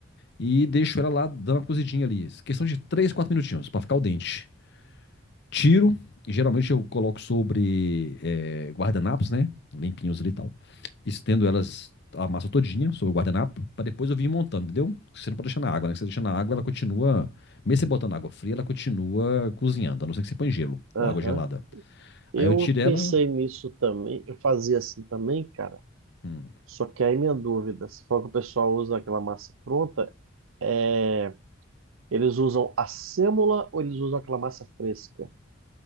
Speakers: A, on the left; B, on the right.
A: e deixo ela lá dando uma cozidinha ali. Questão de 3, 4 minutinhos pra ficar o dente. Tiro, e geralmente eu coloco sobre eh, guardanapos, né? Limpinhos ali e tal estendo elas a massa todinha sobre o guardanapo, para depois eu vir montando, entendeu? Você não pode deixar na água, né? Você deixa na água, ela continua, mesmo você botando água fria, ela continua cozinhando, a não ser que você põe gelo ou
B: aham.
A: água gelada.
B: Eu
A: Aí eu tiro ela,
B: pensei nisso também. Eu fazia assim também, cara.
A: hum,
B: Só que aí minha dúvida, se for que o pessoal usa aquela massa pronta, é... eles usam a sêmola ou eles usam aquela massa fresca?